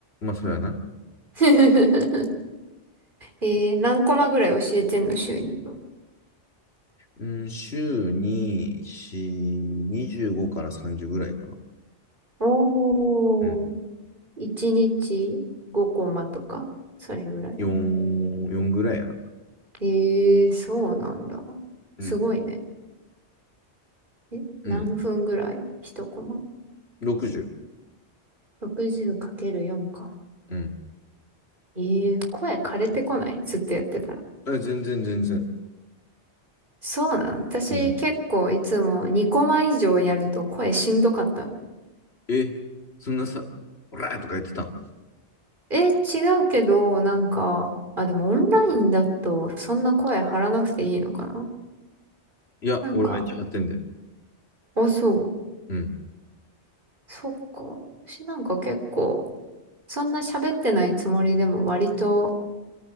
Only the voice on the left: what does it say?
まあ、それはな。
うん、週に、4、25から30ぐらいかな。
うん。
4、4ぐらいやな。
うん。
うん。
60。
うん。
え、全然全然。
うん。え、そんなさ、オラーとか言ってたん
いや、
俺めっちゃやってんで。
うん。